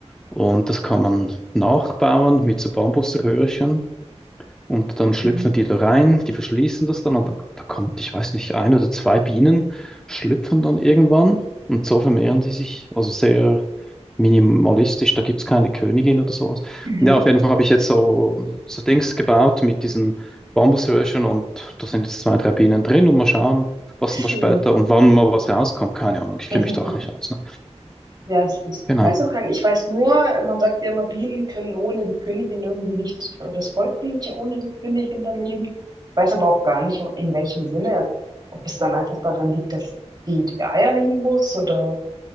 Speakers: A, in the centre; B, on the right.
A: Und das kann man nachbauen mit so Bambuserhörchen. Und dann schlüpfen
B: Mhm.
A: die da rein, die verschließen das dann und da, da kommt, ich weiß nicht, ein oder zwei Bienen schlüpfen dann irgendwann und so vermehren die sich, also sehr minimalistisch, da gibt es keine Königin oder sowas.
B: Mhm.
A: Ja, auf jeden Fall habe ich jetzt so, so Dings gebaut mit diesen Bambusröhrchen und da sind jetzt zwei, drei Bienen drin und mal schauen, was
B: Schön.
A: denn da später und wann mal was rauskommt, keine Ahnung, ich kenne
B: <laughs>
A: mich doch nicht aus. Ne?
B: Ja, ich, ich
A: Genau,
B: weiß auch gar nicht. Ich weiß nur, man sagt ja immer, Bienen können ohne die Königin irgendwie nicht, oder das Volk kann nicht ohne die Königin dann leben. Ich weiß aber auch gar nicht, in welchem Sinne. Ob es dann einfach daran liegt, dass die, die Eier legen muss oder